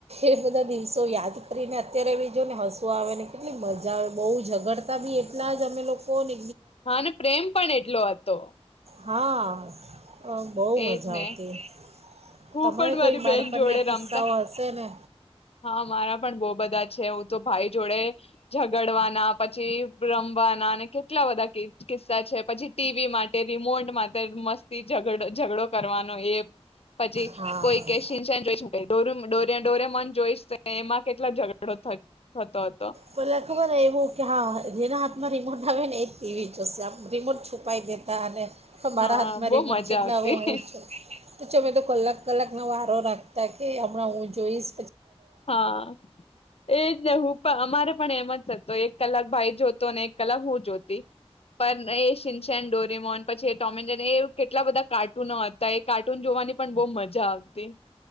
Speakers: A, on the right; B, on the left.
A: એ બધા દિવસો યાદ કરીને અત્યારે વી જોની હસું આવે ને કેટલી મજા આવે બહુ ઝઘડતા બી એટલા જ અમે લોકોને
B: હા, ને પ્રેમ પણ એટલો હતો.
A: હા. અ બહુ
B: એજ
A: મજા
B: ને
A: આવતી
B: હું
A: તમારે
B: પણ
A: કઈ
B: મારી
A: બાળપણના
B: બેન જોડે
A: કિસ્સાઓ
B: રમતા
A: હશેને ને
B: હા મારા પણ બો બધા છે હું તો ભાઈ જોડે ઝગડવાના પછી રમવાના અને કેટલા બધા કિસ્સા છે પછી ટીવી માટે રિમોટ માટે મસ્તી ઝગ ઝઘડો કરવાનું એ પછી
A: હા
B: કોઈ કે સીનચેન જોઇશુ. કોઈ ડોરે ડોરેમોન જોઈશ એમાં કેટલા ઝઘડો થતો હતો.
A: પેલા ખબર એવો કે હા જેના હાતે ના રીમોટ આવે એ જ ટીવી જોસે રિમોટ છુપાવી દેતા અને મારા
B: હા
A: હાથમાં
B: બહુ
A: રિમોટ
B: મજા
A: છે એટલે
B: આવતી
A: હવે હું જ છુ. અમે કલાક કલાકનો વારો રાખ તવકે અમના હુ જોઇશ.
B: હા એજ ને હું પણ અમારે પણ એમ જ થતો એક કલાક ભાઈ જોતો ને એક કલાક હું જોતી પણ એ શિનચેન ડોરેમોન પછી ટોમેનજેરી એ કેટલા બધા કાર્ટ ટુનો હતા એ કાર્ટૂન જોવાની પણ બો મજા આવતી